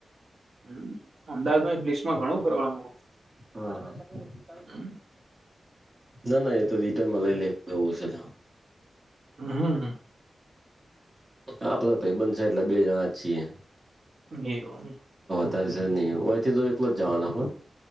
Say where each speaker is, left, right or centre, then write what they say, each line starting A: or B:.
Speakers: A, on the right (about 70°); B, on the right (about 35°).
A: હમ, અમદાવાદમા પલીસમાં ઘણું ફરવાનું
B: હા હા
A: હમ
B: ના ના એ તો રિટર્ન મા લઇ લે હુ, એવુ પણ હશે તો
A: હમ
B: આપડ ભાઈબંધ છે, એટલે બે જણા જ છીએ
A: એવ
B: દ ન દલોત જાન, આપુ